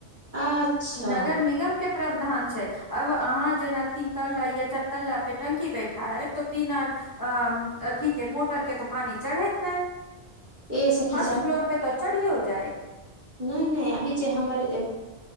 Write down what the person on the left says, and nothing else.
इ नगर निगम के प्रावधान छैय आब अहां जेना तीन तल्ला या चारि तल्ला पे टंकी बैठायब तऽ बिना अ अथी के मोटर के तऽ पानि चढ़ैत नै।
फस्ट फ्लोर पे तऽ चढ़ियो जाएत।